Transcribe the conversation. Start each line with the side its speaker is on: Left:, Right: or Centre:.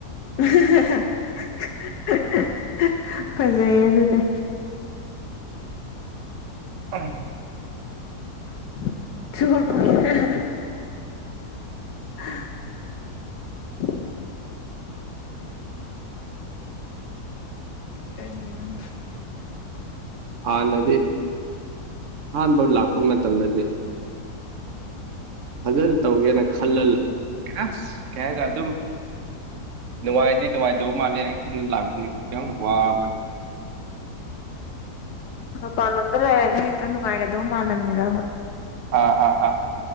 Left: <unintelligible> ꯐꯖꯩꯌꯦ ꯑꯗꯨꯗꯦ
Right: ꯑꯥꯝ
Left: <unintelligible> <inaudible> ꯀꯔꯤꯒꯤꯅꯣꯅꯦ
Right: ꯍꯥꯟꯅꯗꯤ ꯑꯍꯥꯟꯕ ꯂꯥꯛꯄ ꯃꯇꯝꯗꯗꯤ ꯑꯗꯨꯝ ꯇꯧꯒꯦꯅ ꯈꯜꯂꯜ ꯑꯁ ꯀꯩ ꯍꯥꯏꯗ ꯑꯗꯨꯝ ꯅꯨꯡꯉꯥꯏꯗꯤ ꯅꯨꯡꯉꯥꯏꯗꯧ ꯃꯥꯜꯂꯦ ꯑꯩ ꯈꯡꯅ ꯂꯥꯛꯄꯅꯦ ꯀꯤꯌꯡ ꯋꯥꯕꯟ
Left: ꯃꯄꯥꯟꯂꯣꯝꯗ ꯂꯩꯔꯅꯦ ꯍꯦꯛꯇ ꯅꯨꯡꯉꯥꯏꯒꯗꯧ ꯃꯥꯜꯂꯝꯃꯤꯔꯕ
Right: ꯑꯥ ꯑꯥ ꯑꯥ